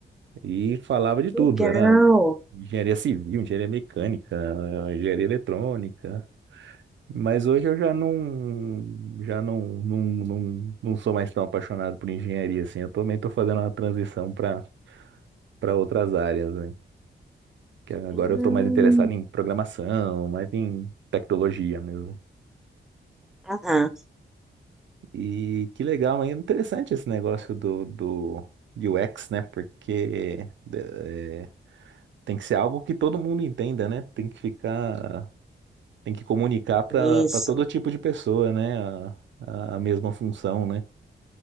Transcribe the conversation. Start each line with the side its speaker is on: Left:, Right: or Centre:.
Right: E falava de tudo.
Centre: que
Right: Era
Centre: legal.
Right: engenharia civil, engenharia mecânica, engenharia eletrônica. Mas hoje eu já não, já não, não, não, não sou mais tão apaixonado por engenharia assim. Eu também estou fazendo uma transição para para outras áreas, né? Que agora
Centre: Hum,
Right: eu estou mais interessado em programação, mais em tecnologia mesmo.
Centre: Aham,
Right: E que legal, mas é interessante esse negócio do, do UX, né? Porque eh, tem que ser algo que todo mundo entenda, né? Tem que ficar, tem que comunicar para
Centre: isso.
Right: para todo tipo de pessoa, né? A, a a mesma função, né?